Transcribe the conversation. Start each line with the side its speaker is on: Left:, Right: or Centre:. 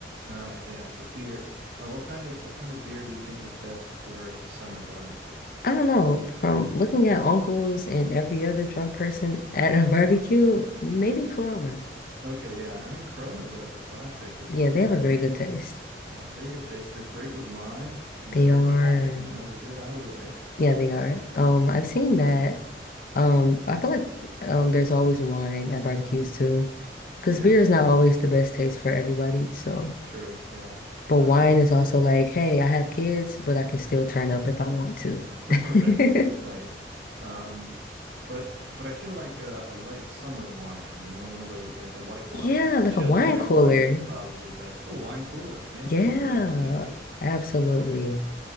Right: All right, yeah. So beer. Well, what kind of what kind of beer do you think is best for a summer barbecue? <laughs>
Left: I don't know, from looking at uncles and every other drunk person at a <laughs> barbecue, maybe Corona.
Right: Okay, yeah. I mean, Corona's a, a classic. It's
Left: Yeah,
Right: a really
Left: they have
Right: good,
Left: a very good taste.
Right: yeah, very good taste. They're great with lime and
Left: They
Right: they're great
Left: are,
Right: without it. You know, they're good either way.
Left: yeah, they are. Um, I've seen that. Um, I feel like um there's always wine at barbecues too. Because
Right: Yeah,
Left: beer is not always the best taste for everybody, so
Right: true. Yeah.
Left: but
Right: Um,
Left: wine is also like, hey, I have kids, but I can still turn up if I want to.
Right: <laughs>
Left: <laughs>
Right: right, right. Um, but but I feel like a, a light summer wine, you know, one of those like a white wine,
Left: Yeah,
Right: a
Left: like
Right: chilled
Left: a wine
Right: white
Left: cooler.
Right: wine is probably best. Oh, wine cooler. Yeah,
Left: Yeah,
Right: that's a good option too.
Left: absolutely.